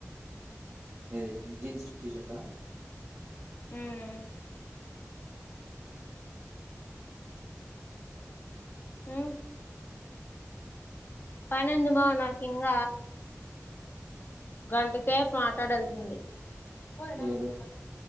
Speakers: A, on the right (about 55°); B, on the left (about 40°).
A: ఏది జీన్స్ టీషర్ట
B: ఉమ్ ఉ పనుంది మామ నాకు ఇంగ గంటసేపు మాట్లాడాల్సింది పోద నాప్ప
A: ఎవరు